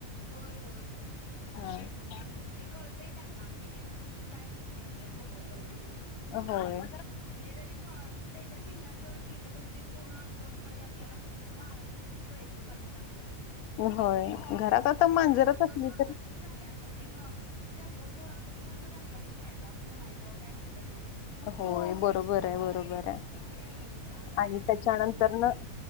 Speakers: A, on the right (about 20°); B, on the left (about 85°).
A: होय होय होय
B: हा
A: ते कळतय त्यांना कि ते हम काय होत आपल्यासोबत वगैरे
B: होय
A: ते जरी म त्याच्या पिल्लांजवळ गेलं तरी ते पूर्ण अस म्हणजे आपल्याला मारायला ते प्रयत्न करत आपल्याला
B: होय घरात आता मांजरच
A: आणि जंगल
B: असली
A: तोड
B: तर
A: भरपूर झाले आता ते मग जंगल तोड आपण पूर्ण जंगलातच हाय असं म्हणायला काही हरकत नाही
B: होय बरोबर आहे बरोबर आहे
A: हम्म झाडांची
B: आणि त्याच्यानंतर
A: पण हे
B: न